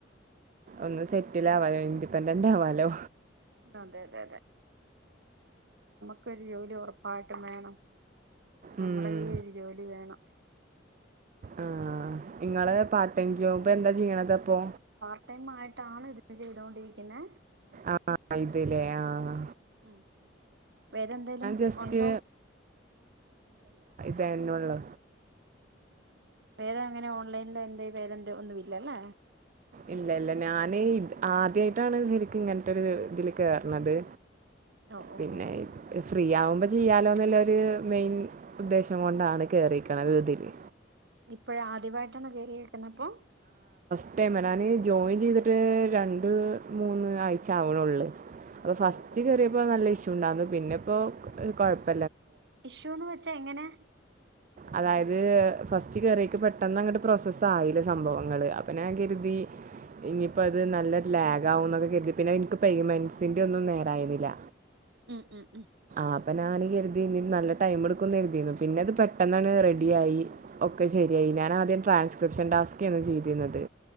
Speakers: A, on the right; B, on the right.
A: ഒന്ന് സെറ്റിൽ ആവാലോ ഇൻഡിപെൻഡന്റ് ആവാലോ
B: അതെ അതെ ക്കൊരു ജോലി ഉറപ്പായിട്ടും വേണം
A: ഉം.
B: നമ്മുടെ കയ്യി ഒരു ജോലി വേണം
A: ആഹ് ഇങ്ങള് പാർടൈംജോബ് എന്താ ചെയ്യണത്പ്പൊ
B: ട്ടൈംമായിണ് ഇത് ചെയ്തോണ്ടിരിക്കുന്നെ
A: ആഹ് ആഹ് ഇത്ല്ലേ ആഹ്
B: ഉം വേറെന്തേലും
A: ജസ്റ്റ്
B: ഉണ്ടോ
A: തെരുന്നുള്ളു
B: വേറെ എങ്ങനെയാ ഓൺലൈനില് എന്തേ വേറെന്തേ ഒന്നും ഇല്ലല്ലേ
A: ഇല്ല ഇല്ല ഞാന് ഇത ആദ്യായിട്ടാണ് ശരിക്കും ഇങ്ങനത്തൊരു ഇതില് കേറണത്
B: ഓ ഓ
A: പിന്നെ
B: ഓ
A: ഫ്രീ ആവുമ്പോ ചെയ്യാലോന്നുള്ള മെയിൻ ഉദ്ദേശം കൊണ്ടാണ് കേറിക്കണത് ഇതില്
B: ഇപ്പഴ് ആദ്യവായിട്ടാണ് കേറിയേക്കുന്നപ്പൊ
A: <unintelligible> ഞാന് ജോയിൻ ചെയ്തിട്ട് രണ്ട് മൂന്ന് ആഴ്ച ആവണള്ളൂ അപ്പൊ ഫസ്റ്റ്
B: ഓ ഓ
A: കേറിയപ്പോ നല്ല ഇഷ്യുണ്ടായിരുന്നു പിന്നെ ഇപ്പോ ക് കൊഴപ്പ
B: ഇഷ്യൂന്ന് വെച്ചാ എങ്ങനാ?
A: അതായത് ഫസ്റ്റ് കയറീറ്റ് പെട്ടെന്ന് അങ്ങോട്ട് പ്രൊസസ്സ് ആയില്ല സംഭവങ്ങള് അപ്പ ഞാൻ കരുതി ഇനിയിപ്പോ അത് നല്ല ഒര് ലാഗാവുന്നൊക്കെ കരുതി പിന്നെ എനിക്ക് പേയ്മെൻസിന്റെ ഒന്നും നേരായിരുന്നില്ല
B: ഉം ഉം ഉം
A: അപ്പൊ ഞാന് കരുതി ഇനി നല്ല ടൈം എടുക്കൂന്ന് കരുതിയിരുന്നു പിന്നെ അത് പെട്ടെന്നാണ് റെഡിയായി ഒക്കെ ശരി യായി ഞാനാദ്യം ട്രാൻസ്ക്രിപ്ഷൻ ടാസ്ക് ഏന് ചെയ്തിരുന്നത്.